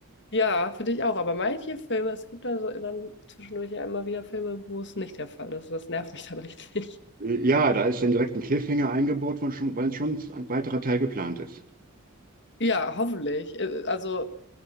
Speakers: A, on the left; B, on the right.
A: Ja, finde ich auch. Aber manche Filme, es gibt da so dann zwischendurch ja immer wieder Filme, wo es nicht der Fall ist. Das nervt mich <laughs> dann richtig.
B: Äh, Ja, da ist dann direkt ein Cliffhanger eingebaut, weil schon, weil schon ein weiterer Teil geplant ist.
A: Ja, hoffentlich. Äh, Also,